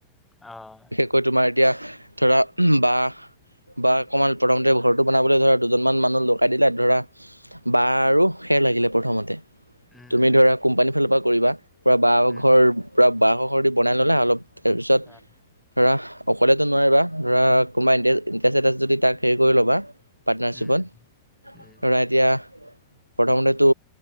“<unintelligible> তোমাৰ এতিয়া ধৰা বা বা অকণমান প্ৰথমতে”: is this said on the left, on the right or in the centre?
Right